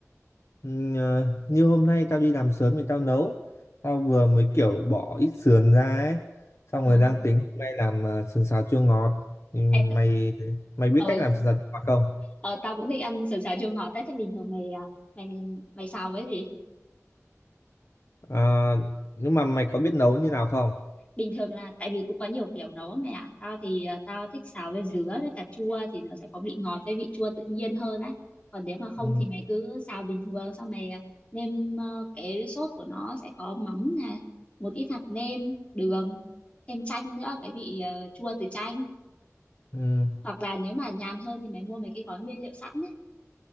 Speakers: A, on the left; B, on the left.
A: Ừm, ờ, như hôm nay tao đi làm sớm thì tao nấu. Tao vừa mới kiểu bỏ ít sườn ra ấy. Xong
B: ờ
A: rồi đang tính hôm nay làm ờ, sườn xào chua ngọt. Thì mày
B: ê, t-
A: mày biết
B: ờ,
A: cách làm sườn xào chua ngọt không?
B: ờ, tao cũng thích ăn sườn xào chua ngọt ấy thế bình thường mày à, mày mày xào với gì
A: Ờ, nhưng mà mày có biết nấu như nào không?
B: bình thường là tại vì cũng có nhiều kiểu nấu á mẹ ạ tao thì ờ, tao thích xào với dứa với cà chua thì nó sẽ có vị ngọt với vị chua tự nhiên hơn á còn nếu mà không
A: Ừ.
B: thì mày cứ xào bình thường xong mày ờ, nêm ờ, cái sốt của nó sẽ có mắm nè một ít hạt nêm đường thêm chanh nữa cái vị ờ, chua từ chanh
A: Ừ.
B: hoặc là nếu mà nhàn hơn thì mày mua mấy cái gói nguyên liệu sẵn ấy